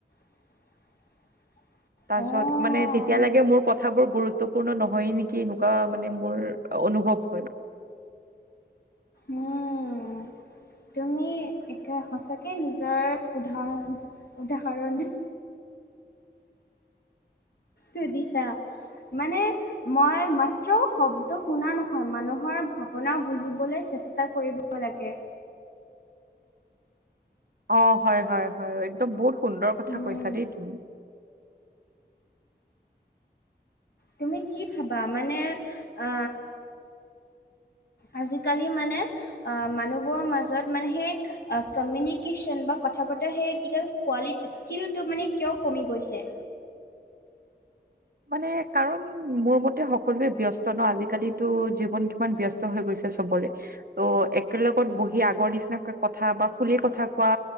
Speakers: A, on the left; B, on the right.
A: <inaudible>
B: তাৰপিছত
A: অঁ,
B: মানে তেতিয়া লাগে মোৰ কথাবোৰ গুৰু- ত্বপূৰ্ণ নহয়ে নেকি এনেকুৱা মানে মোৰ অনুভৱ হয়।
A: উম তুমি একে সঁচাকে নিজৰ উদাহৰ উদাহৰণ তই দিছা মানে মই মাত্ৰ শব্দ শুনা নহয় মানুহৰ ভাৱনা বুজিবলৈ চেষ্টা কৰিব হ লাগে।
B: অ হয় হয় হয় একদম বহুত সুন্দৰ কথা
A: উম
B: কৈছা দেই তুমি।
A: তুমি কি ভাবা মানে আ আজি-কালি মানে আ মানুহবোৰৰ মাজত মানে সেই কমিউনিকেশ্যন বা কথা পতৰা সেই কি <unintelligible> কোৱালিটি স্কিলটো মানে কিয় কমি গৈছে
B: মানে কাৰণ মোৰ মতে সকলোৱে ব্যস্ত ন আজি-কালিতো জীৱন কিমান ব্যস্ত হৈ গৈছে চবৰে। ত' একেলগত বহি আগৰ নিচিনাকৈ কথা বা খুলি কথা কোৱা